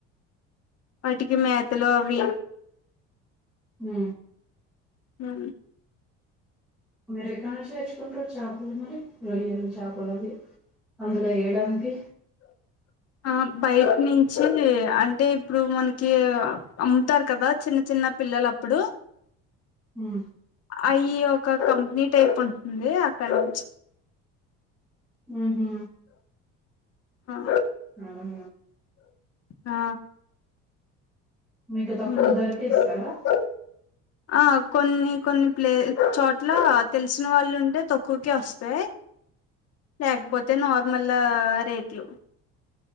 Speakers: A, on the left; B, in the centre.
A: అటికి మేతలు అవి
B: ఉ
A: ఉ
B: మీరు ఎక్కడ నుంచి తెచ్చుకుంటారు చాపలు మరి రొయ్యలు చాపలు అవి అందులో ఎయ్యడానికి
A: ఆ బయట్ నుంచి అంటే ఇప్పుడు మనకీ అమ్ముతారు కదా చిన్న చిన్న పిల్లలప్పుడు
B: ఉ
A: అయి ఒక కంపెనీ టైప్ ఉంటుంది అక్కడి నుంచ్
B: ఉహు
A: హా
B: ఆ ఆ
A: ఆ ఆ
B: మీకు
A: ఉ
B: తక్కువ ధరకే ఇస్తారా
A: ఆ కొన్ని కొన్ని ప్లే చోట్లా తెలిసిన వాళ్ళు ఉంటే తక్కువాకే వస్ సే లేకపోతే నార్మల లా రేట్లు